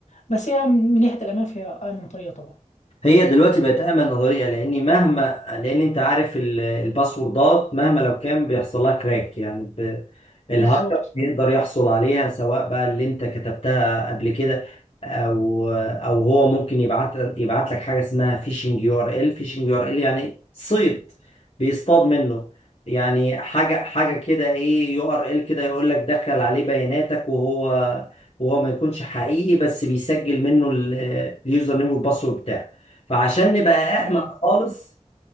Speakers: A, on the left; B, on the left.
A: بس هي من ناحية الأمان فهي أأمن طريقة طبعا
B: هي دلوقتي بقت امن نظريه لاني مهما لان انت عارف ال- الباسوردات مهما لو كان بيحصل لها كراك يعني ب... الهاكر
A: بالظبط
B: بيقدر يحصل عليها سواء بقى اللي انت كتبتها قبل كده او او هو ممكن يبعت يبعت لك حاجه اسمها فيشنج يو ار ال فيشنج يو ار ال يعني صيد بيصطاد منه يعني حاجه حاجه كده ايه يو ار ال كده يقول لك دخل عليه بياناتك وهو وهو ما يكونش حقيقي بس بيسجل منه ال- اليوزر نيم والباسورد بتاعك فعشان نبقى أأمن
A: تمام
B: خالص